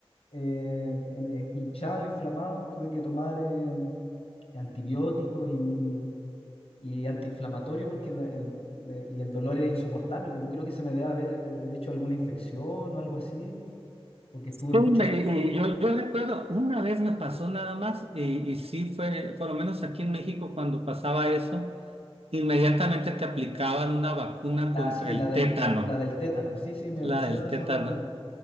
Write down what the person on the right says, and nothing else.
Sí,
me-
y- y yo, yo recuerdo, una vez me pasó nada más y, y sí fue, por lo menos aquí en México cuando pasaba eso, inmediatamente te aplicaban una vacuna
contra
el
tétano,
la
del
tétano.